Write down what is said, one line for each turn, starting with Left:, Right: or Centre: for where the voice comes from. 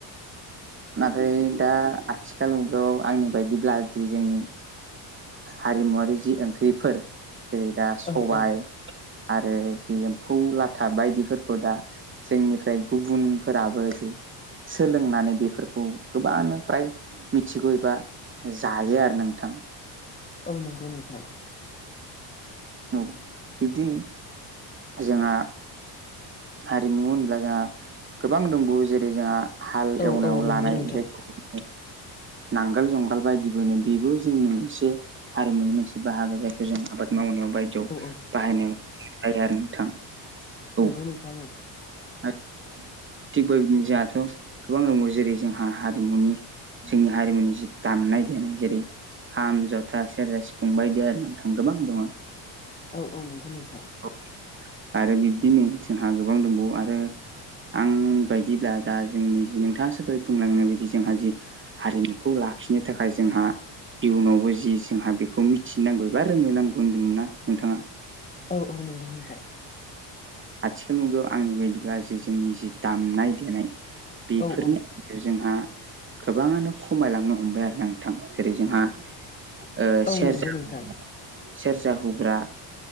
Right: नाथाय दा आथिखाल मुगायाव आंनि बायदिब्ला जि जोंनि हारिमुवारि जि ओंख्रिफोर जेरै दा सबाय
Left: औ औ
Right: आरो जि एम्फौ लाथा बायदिफोरखौ दा जोंनिफ्राय गुबुनफोराबो सोलोंनानै बेफोरखौ गोबाङानो फ्राय मिथिगौ एबा जायो आरो नोंथां
Left: औ नंगौ नोंथां
Right: औ बिब्दिनो जोङा हारिमु होनब्ला जोङा गोबां दंबावो जेरै जोङा हाल एवनायाव
Left: औ औ नंगौ
Right: लानाय
Left: नोंथां
Right: जायखौ जोङो <unintelligible> नांगोल जंगाल बायदिबो होनो बेबो जोंनि मोनसे हारिमुनि मोनसे बाहागो जायखौ जों आबाद मावनायाव बाय दियाव
Left: औ औ
Right: बाहायनाय <unintelligible> जायो आरो नोंथां औ
Left: नंगौ नोंथां
Right: आरो थिग बेबायदिनो जाहाथ' गोबां दङ जेरै जोंहा हारिमुनि जोंनि हारिमुनि जि दामनाय-देनाय जेरै खाम, जथा, सेर्जा, सिफुं बायदि आरो नोंथां गोबां दङ।
Left: औ औ नंगौ नोंथां।
Right: औ आरो बिब्दिनो जोंहा गोबां दंबावो आरो आं बायदिब्ला दा जोंनि जि नोंथाङासो दहय बुंलांनाय बायदि जोंहा जि हारिमुखौ लाखिनो थाखाय जोंहा इयुनावबो जि जोंहा बेखौ मिथिनांगौ एबा रोंनो नांगौ होनदोंमोनना नोंथाङा?
Left: औ औ नंगौ नोंथां।
Right: आथिखाल मुगायाव आंनि बायदिब्ला जि जोंनि जि दामनाय-देनाय बेफोरनि
Left: औ औ
Right: जोंहा गोबाङानो खमायलांनो हमबाय आरोना नोंथां जेरै जोंहा ओ
Left: औ
Right: सेर्जा
Left: नंगौ नोंथां
Right: <unintelligible> सेर्जा हुग्रा